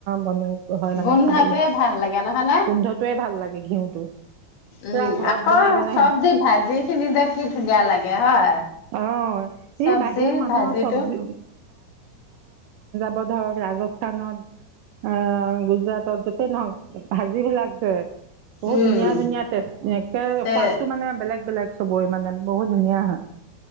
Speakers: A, on the right; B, on the left.
A: বন। হয় মানে
B: গোন্ধাটোৱে
A: খাবলৈ
B: ভাল লাগে নহয় নে?
A: গোন্ধটোৱে ভাল লাগে ঘিউটো। পূৰা
B: উম
A: ঘৰত
B: আকৌ
A: বনাই বনাই
B: চব্জি ভাজি খিনি যে কি ধুনীয়া লাগে হয়
A: অঁ
B: চবজি
A: এই বাহিৰৰ মানুহৰ
B: ভাজিটো।
A: চব্জি বধক ৰাজস্থানত। অ গুজৰাট যতে নহ। ভাজিবিলাক যে। বহুত
B: উম
A: ধুনীয়া। ধুনীয়াতে একে
B: তে
A: সোৱাদটো মানে বেলেগ বেলেগ। চবৰে মানে বহুত ধুনীয়া হয়।